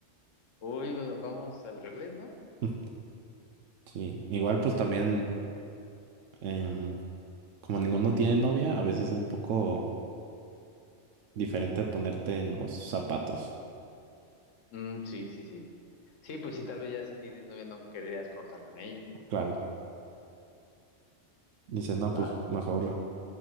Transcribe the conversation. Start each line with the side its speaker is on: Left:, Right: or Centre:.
Left: Uy, pues, vamos al revés, ¿no?
Right: <laughs> Sí, igual pues también, em, como ninguno tiene novia, a veces es un poco diferente ponerte en los zapatos.
Left: Mm, sí, sí, sí. Sí, pues sí, tal vez ya si tienes novia no querrías cortar con ella.
Right: Claro, dices, no, pues
Left: Va.
Right: mejor